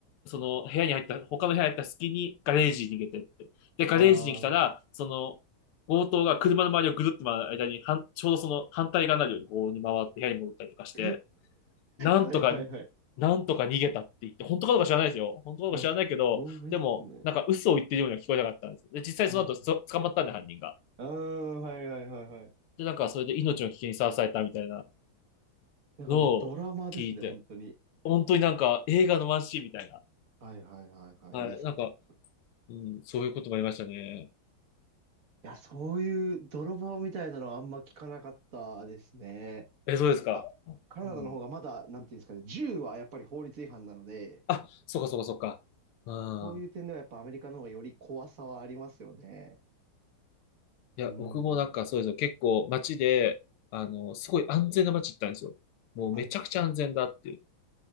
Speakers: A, on the left; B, on the right.
A: その部屋に入った、他の部屋に入った隙にガレージに逃げてって。で、ガレージに来たら、
B: あー。
A: その強盗が車の周りをぐるっと回る間に、はんちょうどその反対側になるようにこうに回って部屋に戻ったりとかして、
B: <laughs>
A: なんとか、
B: はい、はい、はい。
A: なんとか逃げたって言って、本当かどうか知らないですよ。本当かどうか知らないけど、
B: いや、すごいっすね。
A: でも、なんか嘘を言ってるようには聞こえなかったんです。で、実際その後そ捕まったんで、
B: はい、はい。
A: 犯人が。
B: うーん、はい、はい、はい、はい。
A: で、なんかそれで命の危険にさらされたみたいな
B: なんかもうドラマですね、
A: のを聞いて、
B: 本当に。
A: 本当になんか映画のワンシーンみたいな。
B: はい、はい、はい、はい。
A: はい。
B: いや、すごい。
A: なんか、
B: い
A: うん、そういうこともありましたね。
B: や、そういう泥棒みたいなのはあんま聞かなかったですね。
A: え、そうですか。
B: やっぱ、カナダの方がまだ、
A: うん。
B: なんていうんですかね、銃はやっぱり法律違反なので、
A: あ、そうかそうかそうか。うん。
B: そういう点ではやっぱアメリカの方がより怖さはありますよね。
A: いや、
B: うー
A: 僕もなんかそうですよ。
B: ん。
A: 結構街で、あの、すごい安全な街行ったんですよ。もうめちゃくちゃ安全だっていう。
B: はい、